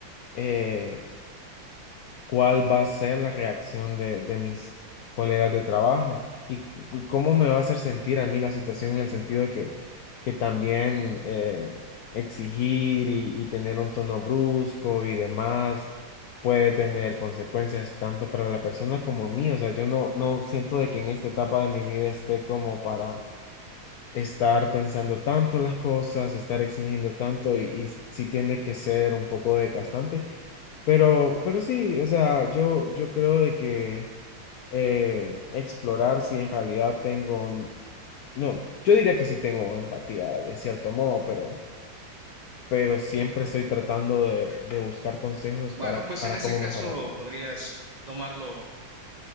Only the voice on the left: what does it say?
eh, cuál va a ser la reacción de, de mis colegas de trabajo y, cu- y cómo me va a hacer sentir a mí la situación en el sentido de que, que también eh, exigir y, y tener un tono brusco y demás puede tener consecuencias tanto para la persona como mí. O sea, yo no, no siento de que en esta etapa de mi vida esté como para estar pensando tanto las cosas, estar exigiendo tanto y, y sí tiende que ser un poco desgastante, pero, pero sí, o sea, yo, yo creo de que eh, explorar si en realidad tengo, un- no, yo diría que sí tengo empatía de cierto modo, pero, pero siempre estoy tratando de, de buscar consejos para,
para
cómo
mejorarlo.